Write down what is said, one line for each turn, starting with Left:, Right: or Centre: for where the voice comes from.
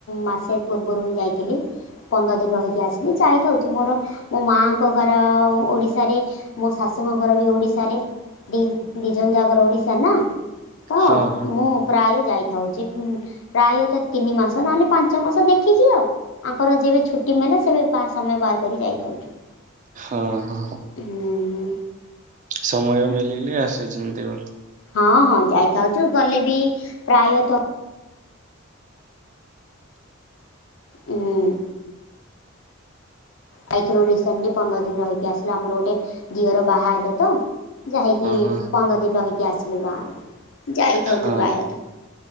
Left: ମାସେ ପୂର୍ବୁରୁ ହିଁ ଯାଇଥିଲି ପନ୍ଦର ଦିନି ରହିକି ଆସିିଲି ଯାଇଥାଉଛି ମୋର ମୋ ମାଆଙ୍କ ଘର ଓଡ଼ିଶାରେ। ମୋ ଶାଶୁଙ୍କ ଘର ବି ଓଡ଼ିଶାରେ ଦି ଦିଜନ ଜାକର ଓଡ଼ିଶା ନା। ତ
Right: ହଁ ହଁ।
Left: ମୁଁ ପ୍ରାୟ ଯାଇଥାଉଛି ପ୍ରାୟତ ତିନି ମାସ ନହେଲେ ପାଞ୍ଚ ମାସ ଦେଖିକି ଉ। ଆଙ୍କର ଯେବେ ଛୁଟି ମେଲେ ସେବେ ବା ସମୟ ବାହାର କରି ଯାଇଥାଉଛୁ।
Right: ହଁ ହଁ
Left: ହୁଁ ହୁଁ
Right: ସମୟ ମିଲିଲେ ଆସୁଛନ୍ତି ଉ।
Left: ହଁ ହଁ ଯାଇଥାଉଛୁ ଗଲେ ବି ପ୍ରାୟତ ହୁଁ ଯାଇଥିଲୁ ରିସେଣ୍ଟ୍ ଲି ପନ୍ଦର ଦିନି ରହିକି ଆସିଲୁ ଆମର ଗୋଟେ ଦିଅର ବାହା ହେଲେ ତ ଯାଇକି
Right: ହଁ
Left: ପନ୍ଦର ଦିନି ରହିକି ଆସିଲୁ ଗାଁରେ ଯାଇଥାଉଚୁ
Right: ହଁ
Left: ପ୍ରାୟେ।